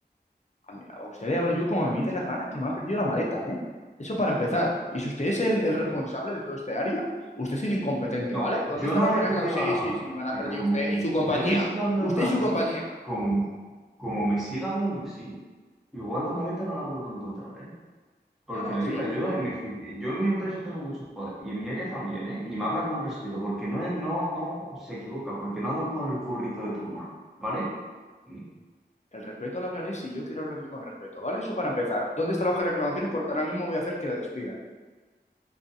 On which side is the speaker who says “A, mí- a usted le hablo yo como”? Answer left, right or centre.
Left